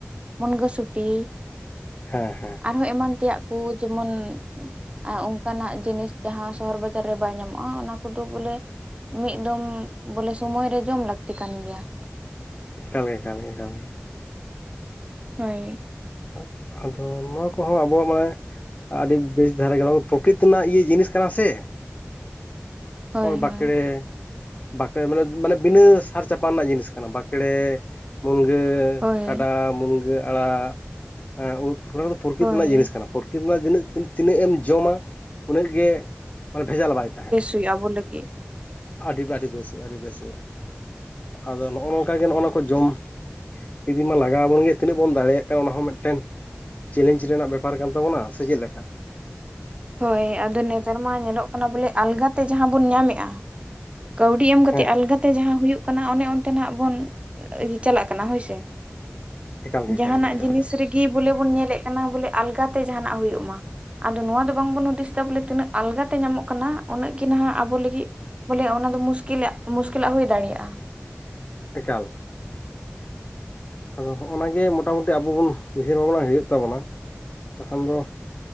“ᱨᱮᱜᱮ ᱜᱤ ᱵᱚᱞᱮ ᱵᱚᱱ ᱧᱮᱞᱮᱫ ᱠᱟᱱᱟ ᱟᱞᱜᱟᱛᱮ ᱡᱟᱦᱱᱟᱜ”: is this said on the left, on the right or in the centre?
Right